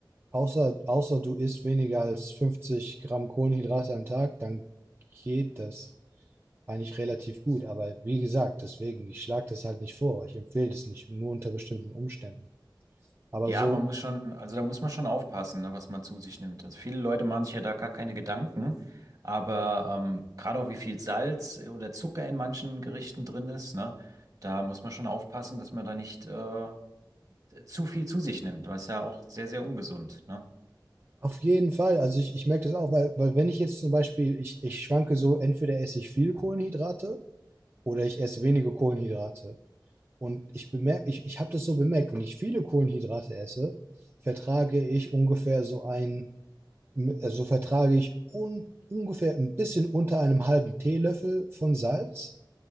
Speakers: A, on the right; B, on the right.
A: Außer, außer du isst weniger als 50 Gramm Kohlenhydrate am Tag, dann geht das eigentlich relativ gut. Aber wie gesagt, deswegen, ich schlage das halt nicht vor. Ich empfehle das nicht, nur unter bestimmten Umständen. Aber
B: Ja,
A: so
B: man muss schon, also da muss man schon aufpassen, ne, was man zu sich nimmt. Also viele Leute machen sich ja da gar keine Gedanken, aber ähm, gerade auch wie viel Salz äh, oder Zucker in manchen Gerichten drin ist, ne, da muss man schon aufpassen, dass man da nicht äh, zu viel zu sich nimmt, weil es ja auch sehr, sehr ungesund, ne?
A: auf jeden Fall. Also ich, ich merke das auch, weil, weil wenn ich jetzt zum Beispiel, ich, ich schwanke so, entweder esse ich viel Kohlenhydrate oder ich esse wenige Kohlenhydrate. Und ich bemerke, ich, ich habe das so bemerkt, wenn ich viele Kohlenhydrate esse, vertrage ich ungefähr so ein so vertrage ich un, ungefähr ein bisschen unter einem halben Teelöffel von Salz.